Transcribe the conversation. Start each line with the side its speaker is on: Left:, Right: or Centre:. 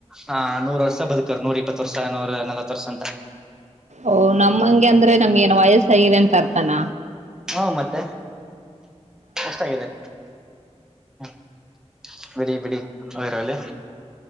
Centre: ಹ ನೂರಷ್ ಸ ಬದುಕ್ತಾರ್, ನೂರ್ ಇಪ್ಪತ್ತು ವರ್ಷ ನೂರ ನಲವತ್ ವರ್ಷ ಅಂತ.
Right: ಓ ನಮ ಹಂಗೆ ಅಂದ್ರೆ ನಮ್ಗ ಏನ್ ವಯಸ್ಸಗದೆ ಅಂತ ಅರ್ಥನ.
Centre: ಹಾ ಮತ್ತೆ ಅಷ್ಟಾಗಿದೆ. ಹ ಬಿಡಿ ಬಿಡಿ ಹೋದ್ರೆಹೋಗ್ಲಿ.